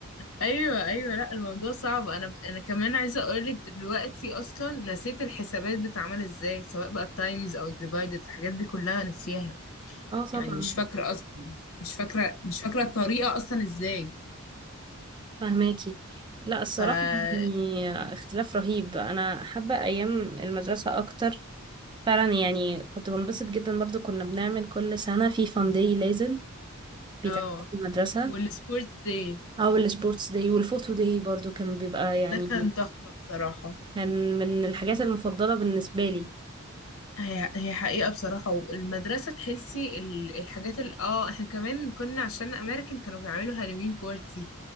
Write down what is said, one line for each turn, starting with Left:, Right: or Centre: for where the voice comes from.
Left: ايوه ايوه لا الموضوع صعب انا انا كمان عايزه اقولك دلوقتي اصلا نسيت الحسابات بتتعمل ازاي سواء بقى التايمز او الديفايدد الحاجات دي كلها نسيها
Right: اه طبعا
Left: يعني مش فاكرة أصلا مش فاكرة مش فاكرة الطريقة أصلا إزاي
Right: فهماكي لا الصراحه
Left: ف
Right: يعني اختلاف رهيب انا حابه ايام المدرسه اكتر فعلا يعني كنت بنبسط جدا برضو كنا بنعمل كل سنه في فان داي لازم بيتعمل
Left: اه
Right: في المدرسه
Left: والسبورتس داي
Right: او السبورتس داي والفوتو داي برضو كان بيبقى يعني
Left: ده كان تحفة بصراحة
Right: كان من الحاجات المفضلة بالنسبة لي
Left: هي هي حقيقة بصراحة والمدرسة تحسي ال- الحاجات ال اه احنا كمان كنا عشان أمريكان كانوا بيعملوا هالوين بارتي